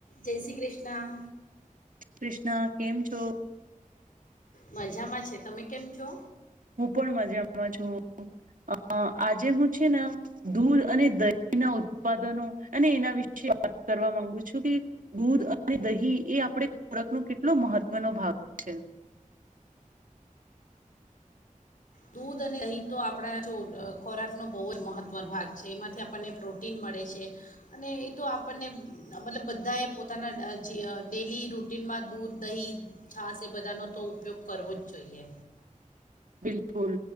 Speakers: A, on the left (about 80°); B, on the right (about 75°).
A: જય શ્રી કૃષ્ણ.
B: કૃષ્ણ કેમ છો.
A: મજામાં છે તમે કેમ છો.
B: હું પણ મજામાંમાં છું આજે હું છે ને દૂધ અને દહીના ઉત્પાદનો અને એના વિશે વાત કરવા માંગુ છું કે દૂધ અને દહી એ આપડે ખોરાક નો કેટલો મહત્વનો ભાગ છે
A: દૂધ અને દહીં તો આપણા જો ખોરાકનો બહુ જ મહત્વનો ભાગ છે. એમાંથી આપણને પ્રોટીન મળે છે. અને એ તો આપણને મતલબ બધા એ પોતાના ડેલી રૂ કિટિનમાં દૂધ દહી છાસ એ બધાનો તો ઉપયોગ કરવો જ જોઈએ
B: બિલકુલ